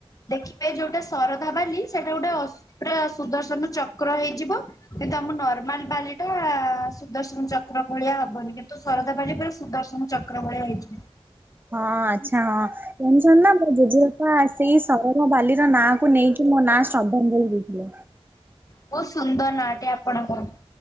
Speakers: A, on the left; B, on the right.
A: ଦେଖିବେ ଯୋଉଠି ଗୋଟେ ଶରଧା ବାଲି ସେଇଟା ଗୋଟେ ଅସ୍ତ୍ର। ସୁଦର୍ଶନ ଚକ୍ର ହେଇଯିବ କିନ୍ତୁ ଆମ ନର୍ମାଲ ବାଲି ଟା ସୁଦର୍ଶନ ଚକ୍ର ଭଳିଆ ହବନି କିନ୍ତୁ ଶରଦା ବାଲି ପୁରା ସୁଦର୍ଶନ ଚକ୍ର ଭଳିଆ ହେଇଯିବ।
B: ହଁ ଆଛା ହଁ ଜଣିଛ ନା ମୋ ଜେଜେବାପା ସେଇ ସହରର ବାଲି। ନାଁ କ ନେଇକି ମୋ ନାଁ ଶ୍ରଦ୍ଧାଞ୍ଜଳି ଦେଇଥିଲେ।
A: ବହୁତ ସୁନ୍ଦର ନାଟେ ଆପଣଙ୍କର।